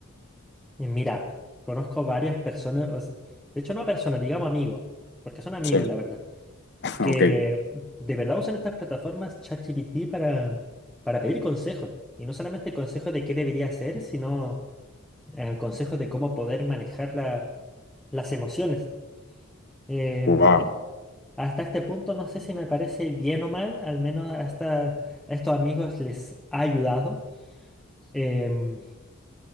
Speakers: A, in the centre; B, on the left.
A: Y mira, conozco varias personas, os- de hecho no personas, digamos amigos, porque son amigos
B: Sí,
A: la verdad,
B: <laughs>
A: que
B: ok,
A: de verdad usan estas plataformas ChatGPT para, para pedir consejos. Y no solamente consejos de qué debería hacer, sino eh, consejos de cómo poder manejar la- las emociones. Em,
B: wow.
A: hasta este punto no sé si me parece bien o mal, al menos a, esta- a estos amigos les ha ayudado. Em,